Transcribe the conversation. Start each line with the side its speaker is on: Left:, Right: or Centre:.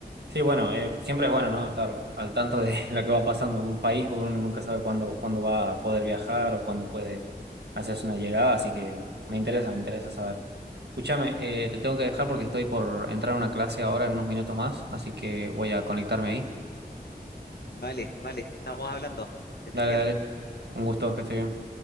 Right: Sí, bueno, eh, siempre es bueno, ¿no? Estar al tanto de <laughs> lo que va pasando en un país, porque uno nunca sabe cuándo, cuándo va a poder viajar o cuándo puede hacerse una llegada, así que me interesa, me interesa saber. Escúchame, eh, te tengo que dejar porque estoy por entrar a una clase ahora en unos minutos más, así que voy a conectarme ahí.
Left: Vale, vale, estamos hablando. Que estés
Right: Dale,
Left: bien.
Right: dale. Un gusto, que esté bien.